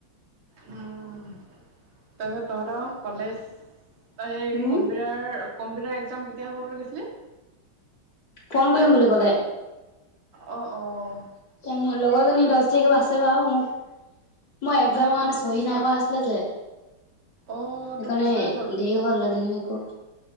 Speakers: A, on the right; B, on the left.
A: অ', <unintelligible> তহতৰ কলেজ অ', এই
B: উম
A: কম্পিউটাৰ, কম্পিউটাৰ এক্সাম কেতিয়া হ'ব বুলি কৈছিলি?
B: ফোন কৰিম বুলি ক'লে।
A: অ', অ'।
B: <unintelligible> লগৰজনী দচ তাৰিখে আছে বাৰু, মোক মই এক্সামৰ
A: মানে কি
B: কাৰণে
A: তোৰ
B: চহী
A: পিছত
B: নাই কৰা আছিলে যে?
A: অ
B: সেইকাৰণে
A: তোৰ পিছুৱাই গ'ল
B: দেৰি হ'ল তাৰমানে। <unintelligible>